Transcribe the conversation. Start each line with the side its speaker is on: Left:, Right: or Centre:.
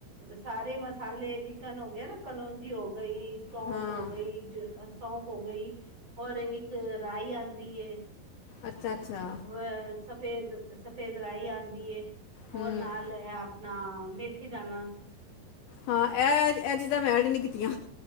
Right: ਸਾਰੇ ਮਸਾਲੇ ਚਿਕਨ ਹੋ ਗਏ, ਨਾ ਕਲੋਂਜੀ ਹੋ ਗਈ। ਸੌਂਫ
Left: ਹਾਂ
Right: ਹੋ ਗਈ ਸੌਂਫ ਹੋ ਗਈ, ਔਰ ਇੱਕ ਰਾਈ ਆਦੀ ਐ।
Left: ਅੱਛਾ-ਅੱਛਾ,
Right: ਅ ਸਫੇਦ-ਸਫੇਦ ਰਾਹੀਂ ਆਦੀ ਐ, ਔਰ
Left: ਹੂੰ
Right: ਨਾਲ ਲਏ ਆ। ਨਾ ਮੇਥੀ ਦਾਣਾ,
Left: ਹਾਂ ਇਹ-ਇਹ ਚੀਜਾ ਮੈਂਟ ਨੀ ਕੀਤੀਆਂ।